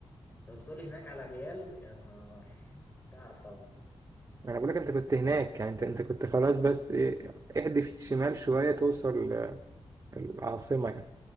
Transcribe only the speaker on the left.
لو تقولي هناك على ريال يا نهار مش هعرف طبعا